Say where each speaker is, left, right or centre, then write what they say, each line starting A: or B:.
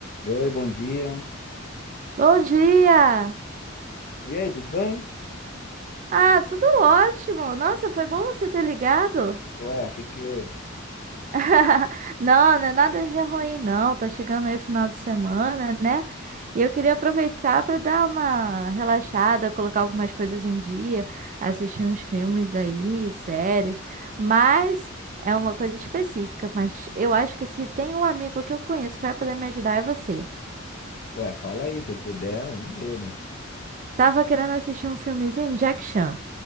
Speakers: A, on the left; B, on the right.
A: Oi, bom dia.
B: Bom dia!
A: E aí, tudo bem?
B: Ah, tudo ótimo! Nossa, foi bom você ter ligado.
A: Ué, o que que houve?
B: <laughs> Não, não é nada de ruim, não. Tá chegando aí o final de semana, né? E eu queria aproveitar para dar uma relaxada, colocar algumas coisas em dia, assistir uns filmes aí, séries. Mas é uma coisa específica. Mas eu acho que se tem um amigo que eu conheço que vai poder me ajudar é você.
A: Ué, fala aí, se eu puder, vamos ver, né?
B: Tava querendo assistir um filmezinho, Jack Chan.